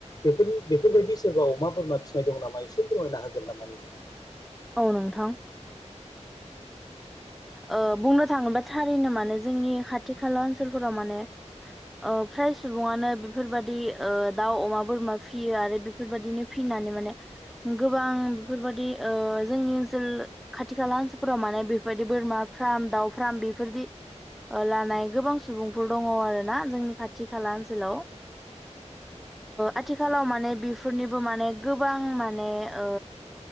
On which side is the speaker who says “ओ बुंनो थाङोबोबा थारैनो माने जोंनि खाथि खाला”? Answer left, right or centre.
Centre